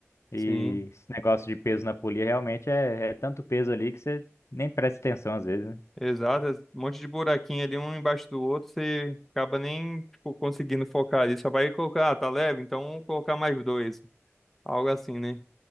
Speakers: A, on the left (about 65°); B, in the centre.
A: E
B: Sim.
A: esse negócio de peso na polia realmente é, é tanto peso ali que você nem presta atenção às vezes, né?
B: Exato, é um monte de buraquinho ali, um embaixo do outro, você acaba nem, tipo, conseguindo focar ali. Só vai colocar, ah, tá leve, então vamos colocar mais dois. Algo assim, né?